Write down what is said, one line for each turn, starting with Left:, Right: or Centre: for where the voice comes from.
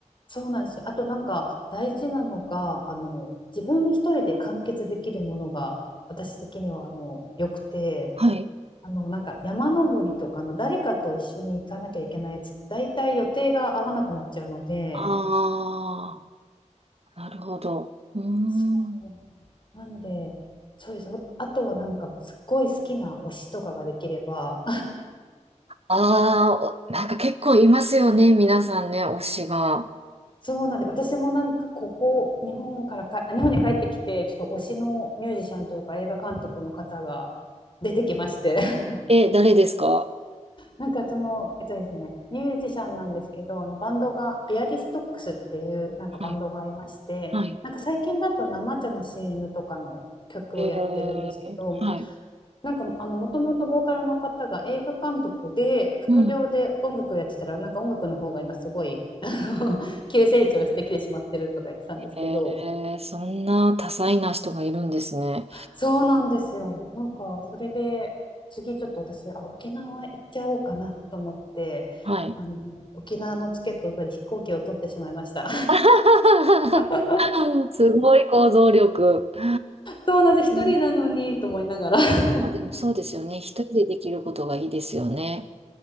Left: そうなんですよ。あとなんか大事なのが、あの、自分一人で完結できるものが私的にはあの、良くて、
Right: はい。
Left: あの、なんか山登りとかの誰かと一緒に行かなきゃいけないやつ、大体予定が合わなくなっちゃうので、
Right: ああ、なるほど。うーん。
Left: そうなんで、そうです。あとはなんかすっごい好きな推しとかができれば、
Right: ああ、おなんか結構いますよね、皆さんね、推しが。
Left: そうなんで、私もなんかここ、日本からか、あ日本に帰ってきて、ちょっと推しのミュージシャンというか映画監督の方が <laughs> 出てきまして <laughs>、
Right: え、誰ですか
Left: なんかその、えっとですね、ミュージシャンなんですけど、あのバンドが、ビアリストックスっていうなんかバンドがいまして、
Right: はい。はい。
Left: なんか最近だと生茶の CM とかの曲をやってるんですけど、
Right: えー、はい。
Left: なんかあのもともとボーカルの方が映画監督で副業で音楽やってたらなんか音楽の方が今すごいあの
Right: うん。
Left: <laughs> 急成長してきてしまってるとか言ってたんですけど
Right: えー、そんな多彩な人がいるんですね。
Left: そうなんですよ。なんか、それで、次ちょっと私、あ、沖縄行っちゃおうかなと思って、
Right: はい。
Left: あの、沖縄のチケットを取り、飛行機を取ってしまいました。
Right: <laughs>
Left: <laughs>
Right: すごい構造力。う
Left: そうなんです。一人なのにと思いながら。
Right: ん
Left: <laughs>
Right: あ、でもそうですよね。一人でできることがいいですよね。